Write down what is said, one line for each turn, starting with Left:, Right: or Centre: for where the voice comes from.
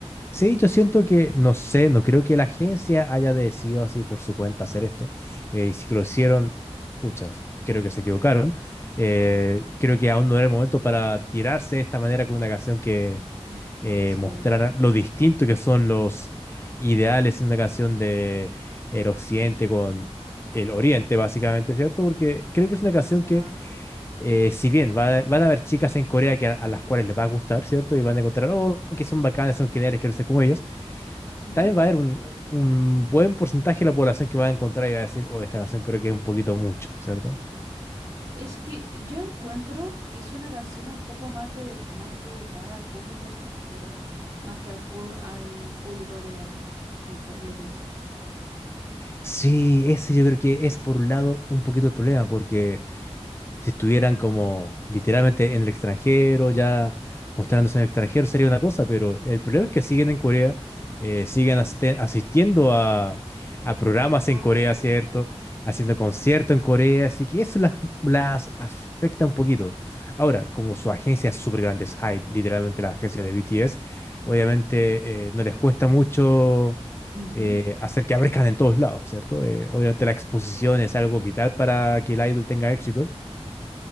Left: Sí, yo siento que, no sé, no creo que la agencia haya decidido así por su cuenta hacer esto. Eh, y si lo hicieron, puchas, creo que se equivocaron. Eh, creo que aún no era el momento para tirarse de esta manera con una canción que
Right: Mm,
Left: eh,
Right: Sí.
Left: mostrara lo distinto que son los ideales en una canción de el occidente con el oriente, básicamente, ¿cierto? Porque creo que es una canción
Right: Exacto.
Left: que, eh, si bien va a- van a haber chicas en Corea que a, a las cuales les va a gustar, ¿cierto? Y van a encontrar, oh, que son bacanas, son geniales, quiero ser como ellas
Right: Ujú.
Left: también va a haber un, un buen porcentaje de la población que va a encontrar y va a decir, oh, esta canción creo que es un poquito mucho, ¿cierto?
Right: Es que yo encuentro que es una canción un poco más, de, más dedicada al público extranjero, más que al, pu- al público coreano, yo, cu- yo pienso.
Left: Sí, ese yo creo que es por un lado un poquito el problema, porque Si estuvieran como literalmente en el extranjero, ya mostrándose en el extranjero, sería una cosa, pero el problema es que siguen en Corea, eh, siguen
Right: Ujú.
Left: asiste- asistiendo a, a programas
Right: Ay,
Left: en Corea, ¿cierto?
Right: verdad, sí.
Left: Haciendo conciertos en Corea, así que eso las, las afecta un poquito. Ahora, como su agencia es súper grande, es Hype, literalmente la agencia de BTS, obviamente eh, no les cuesta mucho
Right: Ujú.
Left: eh, hacer que aparezcan en todos lados, ¿cierto? Eh, obviamente la exposición es algo vital para que el idol tenga éxito.